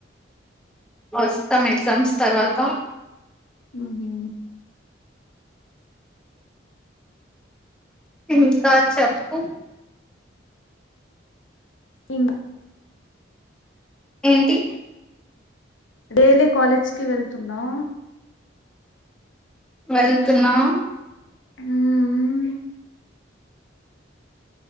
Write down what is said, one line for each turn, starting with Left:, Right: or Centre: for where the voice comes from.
Centre: వస్తాం ఎగ్జామ్స్ తర్వాత
Left: ఉహూ
Centre: ఇంకా చెప్పు
Left: తిన్
Centre: ఏంటి
Left: డైలీ కాలేజ్ కి వెళ్తున్నాం
Centre: వెళ్తున్నా
Left: మ్మ్